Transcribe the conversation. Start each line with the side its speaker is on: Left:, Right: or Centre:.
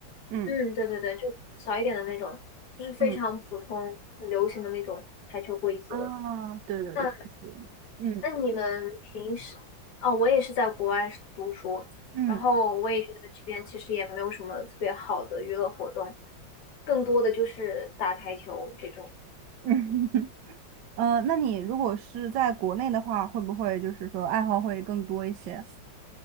Right: 嗯
Left: 嗯，对对对，就小一点的那种，就是非常普通、
Right: 嗯
Left: 很流行的那种台球规则。
Right: 啊，对对对，
Left: 那
Right: 确实，嗯
Left: 那你们平时，哦，我也是在国外是读书，
Right: 嗯
Left: 然后我也觉得这边其实也没有什么特别好的娱乐活动，更多的就是打台球这种。
Right: 嗯，<laughs> 呃，那你如果是在国内的话，会不会就是说爱好会更多一些？